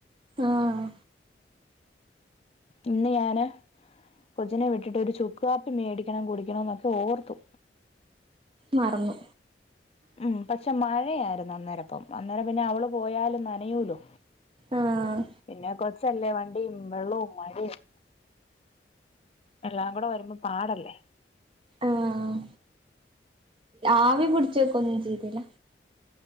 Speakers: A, on the right (about 30°); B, on the left (about 35°).
A: ആഹ്
B: ഇന്ന് ഞാന് കൊച്ചിനെ വിട്ടിട്ട് ഒരു ചുക്ക് കാപ്പി മേടിക്കണം കുടിക്കണം എന്നൊക്കെ ഓർത്തു
A: മറന്നു
B: മ്ഹ് പക്ഷെ മഴയായിരുന്നു അന്നേരപ്പം അന്നേരം പിന്നെ അവള് പോയാലും നനയൂലോ.
A: ആഹ്
B: പിന്നെ കൊച്ചല്ലേ വണ്ടിയും വെള്ളവും മഴയും എല്ലാം കൂടെ വരുമ്പോ പാടല്ലേ
A: ആഹ് ആവി പിടിച്ച വെക്ക ഒന്നും ചെയ്തില്ല?